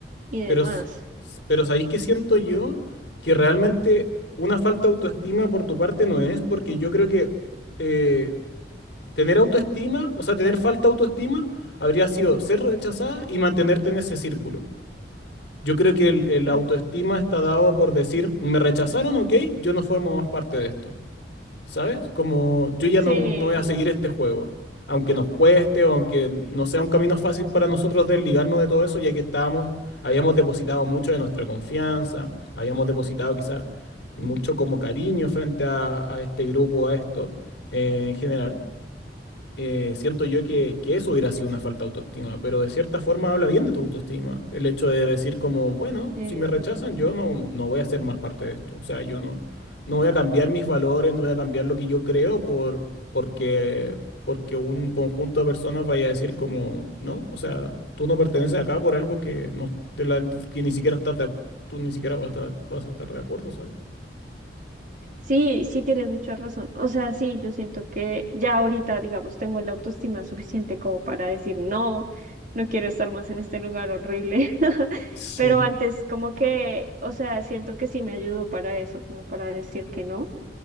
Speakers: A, on the right; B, on the left.
A: y demás.
B: Pero, s- s- pero sabéis que siento yo que realmente una falta de autoestima por tu parte no es, porque yo creo que. eh, Tener autoestima, o sea, tener falta de autoestima, habría sido ser rechazada y mantenerte en ese círculo. Yo creo que el, el
A: Claro.
B: autoestima está dado por decir, me rechazaron, ok, yo no formo más parte de esto, ¿sabes? Como yo ya
A: Sí,
B: no, no voy a seguir este juego, aunque nos cueste o aunque no sea un camino fácil para nosotros desligarnos de todo eso, ya que estábamos, habíamos depositado mucho de nuestra confianza, habíamos depositado quizás mucho como cariño frente a, a este grupo, a esto, eh, en general eh, siento yo que, que eso hubiera sido una falta de autoestima, pero de cierta forma habla bien de tu autoestima. El hecho de decir como, bueno,
A: sí.
B: si me rechazan, yo no, no voy a ser más parte de esto. O sea, yo no, no voy a cambiar mis valores, no voy a cambiar lo que yo creo por, porque, porque un conjunto de personas vaya a decir como, no, o sea, tú no perteneces acá por algo que, no, de la, que ni siquiera estás de, ac- tú ni siquiera vas a estar, vas a estar de acuerdo, ¿sabes?
A: Sí, sí tienes mucha razón. O sea, sí, yo siento que ya ahorita, digamos, tengo la autoestima suficiente como para decir, no, no quiero estar más en este lugar horrible. <laughs>
B: Sí.
A: Pero antes, como que, o sea, siento que sí me ayudó para eso, como para decir que no.